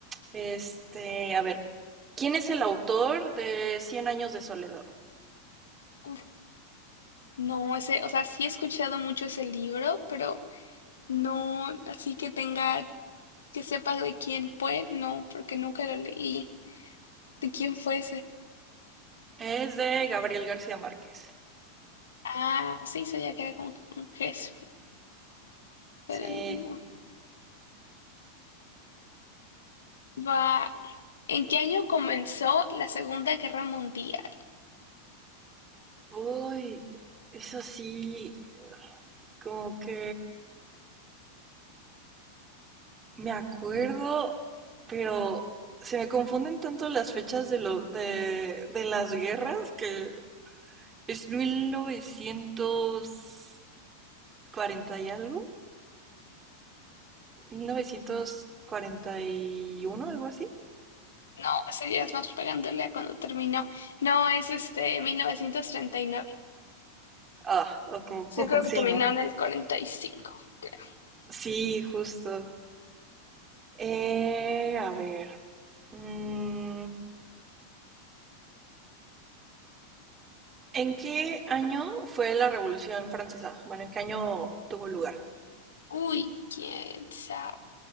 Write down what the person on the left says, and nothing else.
Uf, no, ese, o sea, sí he escuchado mucho ese libro, pero no así que tenga, que sepa de quién fue, no, porque nunca lo leí. ¿De quién fue ese?
Ah, sí, sabía que era como que un jefe, pero
no. Va. ¿En qué año comenzó la Segunda Guerra Mundial?
No, ese día es más pegándole a cuando terminó. No, es este mil novecientos treinta y nueve
Sí, Yo creo
que
terminó
en el cuarenta y cinco creo.
Uy, quién sabe.